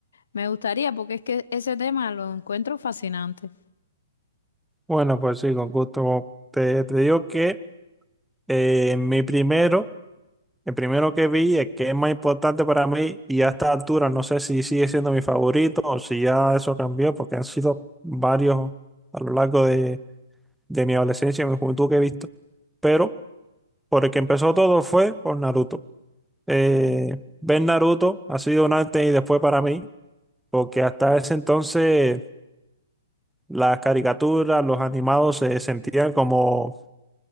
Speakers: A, on the left (about 70°); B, in the centre.
A: Me gustaría, porque es que ese tema lo encuentro fascinante.
B: Bueno, pues sí, con gusto. Te, te digo que eh, mi primero. El primero que vi, el que es más importante para mí, y a esta altura no sé si sigue siendo mi favorito o si ya eso cambió, porque han sido varios a lo largo de, de mi adolescencia y mi juventud que he visto. Pero por el que empezó todo fue por Naruto. Eh, ver Naruto ha sido un antes y después para mí, porque hasta ese entonces las caricaturas, los animados se sentían como